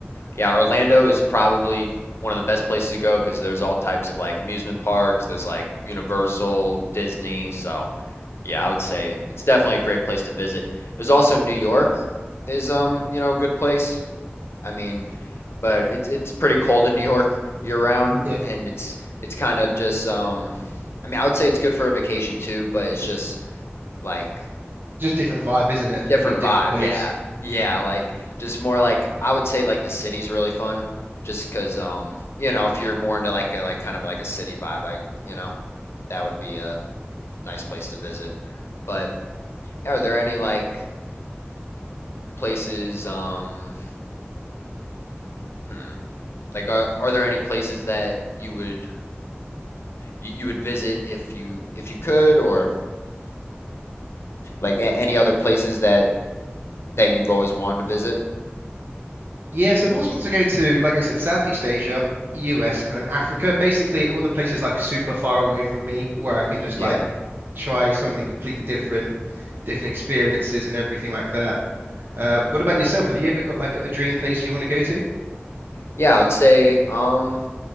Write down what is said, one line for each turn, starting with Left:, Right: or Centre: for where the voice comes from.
Left: yeah, Orlando is probably one of the best places to go because there's all types of like amusement parks, there's like Universal, Disney, so. Yeah, I would say it's definitely a great place to visit. There's also New York is um, you know, a good place. I mean, but it's it's pretty cold in New York year round
Right: <laughs> Yeah,
Left: and it's it's kind of just um I mean, I would say it's good for a vacation too, but it's just like
Right: just different vibe, isn't it? Just
Left: different
Right: completely different
Left: vibe.
Right: place.
Left: Yeah. Yeah, like just more like I would say like the city's really fun just 'cause um, you know, if you're more into like a like kind of like a city vibe, I, you know, that would be a nice place to visit. But yeah, are there any like places um hmm, like are, are there any places that you would you would visit if you if you could or like a- any other places that that you've always wanted to visit?
Right: Yes, I've always wanted to go to, like I said, Southeast Asia, US, and then Africa. Basically, all the places like super far away from me, where I can just
Left: Yeah.
Right: like try something completely different, different experiences and everything like that. Uh, what about yourself? Have you ever got like a dream place you want to go to?
Left: Yeah, I would say um